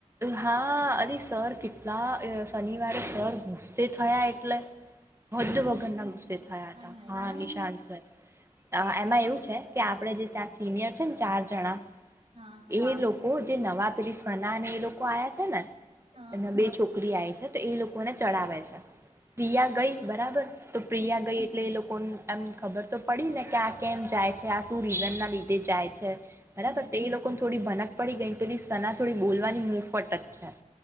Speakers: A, on the right; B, on the right.
A: હા અરે સર કેટલા શનિવારે સર ગુસ્સે થયા એટલે. હદ વગરના
B: નિશાન
A: ગુસ્સે
B: પર
A: થયા હતા હા
B: કોની
A: નિશાન
B: પર
A: સર. એમાં એવું છે કે આપડણે જે ત્યાં સિનિયર છે ને ચાર જણા.
B: હા.
A: એ લોકો જે નવા પેલીસના અને એ લોકો આયા છે ને,
B: હા
A: અને બે છોકરી આઇ છે. તો એ લોકોને ચડાવે છે, પ્રિયા ગઈ બરાબર તો પ્રિયા
B: હમ
A: ગઈ. એટલે એ લોકો એમ ખબર તો પડી ને કે આ કેમ જાય છે આ શું રીઝન ના લીધે જાય છે. બરાબર
B: હમ
A: તે એ લોકોને થોડી ભનક પડી ગઈ પેલી સના થોડી બોલવાની મુફત જ છે.